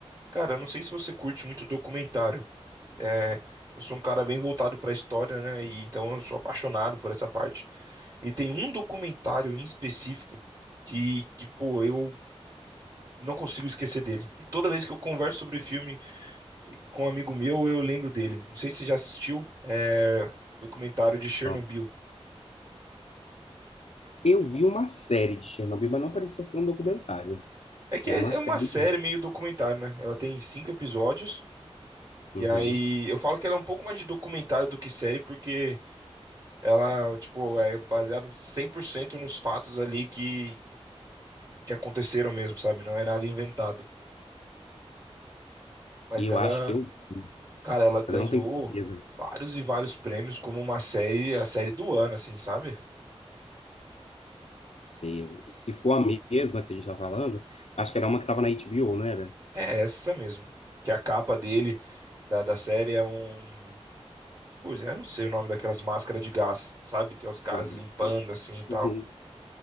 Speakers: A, on the right; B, on the left.
A: Cara, eu não sei se você curte muito documentário. É, eu sou um cara bem voltado para a história, né? E então eu sou apaixonado por essa parte. E tem um documentário em específico que, que pô, eu não consigo esquecer dele. E toda vez que eu converso sobre filme com um amigo meu, eu lembro dele. Não sei se você já assistiu, é, o documentário de Chernobyl.
B: Ó, Eu vi uma série de Chernobyl, mas não parecia ser um documentário.
A: É que
B: Era
A: é
B: uma
A: é
B: série
A: uma série meio documentário, né? Ela tem cinco episódios. E
B: Uhum.
A: aí, eu falo que ela é um pouco mais de documentário do que série, porque ela, tipo, é baseado 100% nos fatos ali que que aconteceram mesmo, sabe? Não é nada inventado. Mas
B: E eu
A: ela,
B: acho que eu, vi,
A: cara, ela ganhou
B: mas eu não tenho certeza.
A: vários e vários prêmios como uma série, a série do ano, assim, sabe?
B: Sei eu- se for a mesma que a gente tá falando, acho que era uma que tava na HBO, não era?
A: É essa mesmo. Que a capa dele, da, da série, é um. Putz, eu não sei o nome daquelas máscaras de gás, sabe? Que é os caras
B: Ah, meu
A: limpando
B: Deus.
A: assim e tal.
B: Uhum.